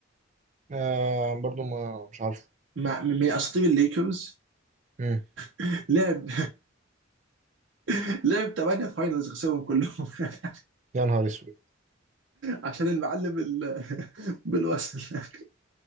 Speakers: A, on the right; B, on the right.
A: آه برضه ما مش عارفه
B: مع من اساطير الليكرز
A: مم.
B: <laughs> لعب <laughs> لعب 8 فاينلز خسرهم كلهم <laughs>
A: يا نهار اسود
B: عشان المعلم ال- بالوصل <laughs>